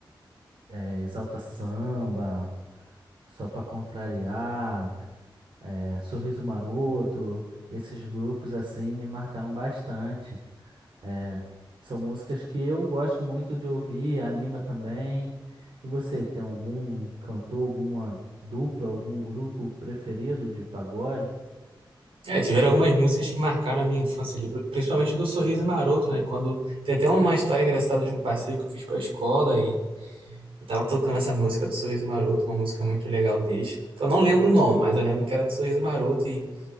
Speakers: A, on the right; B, on the right.
A: é, Exalta Samba, Só Pra Contrariar. é, Sorriso Maroto, esses grupos assim me marcaram bastante. É, são músicas que eu gosto muito de ouvir, anima também. E você tem algum cantor, alguma dupla, algum grupo preferido de pagode?
B: É, tiveram algumas músicas que marcaram a minha infância ali, principalmente do Sorriso Maroto, né? Quando tem até uma história engraçada de um passeio que eu fiz para a escola e E tava tocando essa música do Sorriso Maroto, uma música muito legal deles. Que eu não lembro o nome, mas eu lembro que era do Sorriso Maroto e,